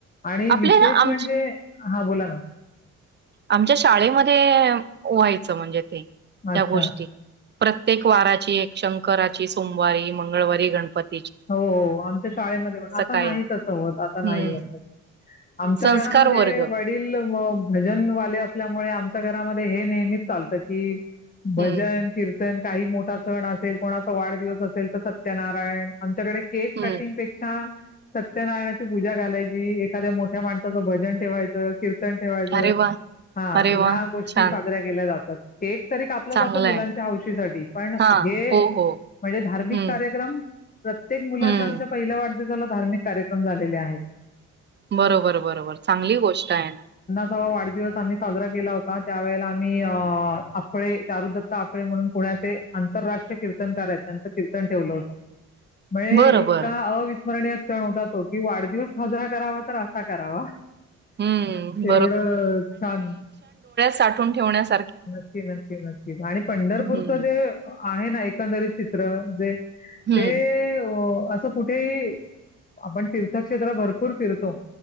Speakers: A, on the left (about 30°); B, on the right (about 35°).
A: म
B: आपले
A: विशेष
B: आम
A: म्हणजे हा बोला ना
B: आमच्या शाळेमध्ये व्हायचं म्हणजे ते
A: अच्छा.
B: त्या गोष्टी प्रत्येक वाराची एक शंकराची सोमवारी मंगळवारी गणपती
A: हो आमच्या शाळेमध्ये पण आता
B: काय
A: नाही तसं होत आता
B: हम्म
A: नाही होत आमच्या
B: संस्कार
A: घरामध्ये
B: वर्ग
A: वडील भजन वाले असल्यामुळे आमच्या घरामधे हे नेहमीच चालतं की
B: हम्म
A: भजन कीर्तन काही मोठा सण असेल कोणाचा वाढदिवस असेल तर सत्यनारायण. आमच्याकडे. केक
B: हम्म
A: कटिंग पेक्षा. सत्यनारायणाची पूजा घालायची एखाद्या मोठ्या माणसाचं भजन ठेवायचं कीर ठेवायचं
B: अरे वा
A: हा
B: अरे
A: ह्या
B: वा
A: गोष्टी
B: छान
A: साजऱ्या केल्या जातात. केक. तरी कापला
B: चांगलंय
A: जातो मुलांच्या हौशेसाठी, पण
B: हा
A: हे
B: हो हो
A: म्हणजे धार्मिक
B: हम्म
A: कार्यक्रम प्रत्येक मुलाच्या
B: हम्म
A: आमच्या पहिल्या वाढ वाढदिवसाला धार्मिक कार्यक्रम झालेले आहेत.
B: बरोबर बरोबर चांगली गोष्ट हाय.
A: हो वाढदिवस आम्ही साजरा केला होता, त्यावेळेला आम्ही अ आपफळे चारू दत्त आपळे म्हणून पुण्याचे आंतरराष्ट्रीय कीर्तनकार हाय त. त्यांचं कीर्तन ठेवलं होतं. बळे
B: बरोबर
A: इतका अवि स्मरणीय क्षण होता तो, की वाढदिवस साजरा करावा तर असा करावा.
B: हम्म
A: एवढं छान.
B: साठून ठेवण्यासं.
A: नक्की नक्की नक्कीच आणि पंढरपूरच
B: हम्म
A: जे आहे ना एकंदरीत चित्र जे ते
B: हम्म
A: अं. असं कुठे आपण तीर्थक्षेत्र भरपूर फिरतो.